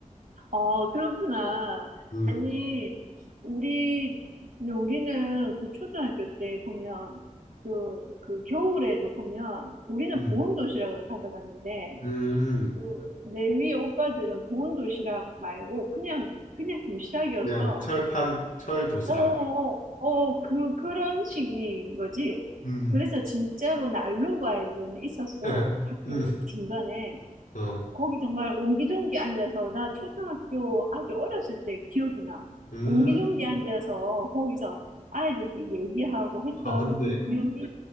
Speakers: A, on the right (about 80°); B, on the left (about 85°).
A: 어, 그렇구나.
B: 음,
A: 아니, 우리, 우리는 그 초등학교 때 보면, 그, 그 겨울에도 보면, 우리는
B: 음,
A: 보온 도시락을 가져갔는데,
B: 음.
A: 그, 내 위에 오빠들은 보온 도시락 말고 그냥 그냥 도시락이어서
B: 그냥 철판, 철 도시락.
A: 어어어 그 그런 식인 거지.
B: 음,
A: 그래서 진짜로 난로가 이제는 있었어.
B: <laughs>
A: 학교
B: 음,
A: 그 중간에
B: 어,
A: 거기 정말 옹기종기 앉아서 나 초등학교 아주 어렸을 때 기억이 나.
B: 음.
A: 옹기종기 앉아서 거기서 아이들끼리 얘기하고 했던
B: 아, 근데
A: 그 기억이